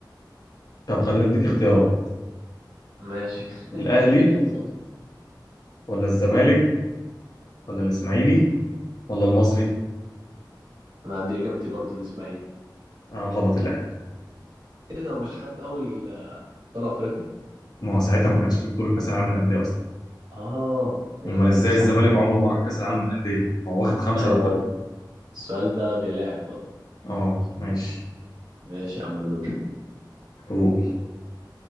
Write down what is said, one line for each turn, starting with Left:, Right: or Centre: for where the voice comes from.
Left: طب خلينا نديك اختيارات
Right: ماشي <laughs>
Left: الاهلي
Right: شكله
Left: ولا الزمالك ولا الاسماعيلي ولا المصري
Right: أنا عندي إجابتي برضو الإسماعيلي
Left: آه غلط الاهلي
Right: إيه ده مش خد أول أبطال أفريقيا
Left: ما هو ساعتها ما كانش في بطولة كاس العالم للاندية اصلا
Right: آه فهمتك
Left: امال ازاي
Right: صح
Left: الزمالك عمره ما راح كاس العالم للاندية ما هو واخد خمسة
Right: أيوه أيوه السؤال ده بيلاعب برضو
Left: اه ماشي
Right: ماشي يا عم دوري
Left: قول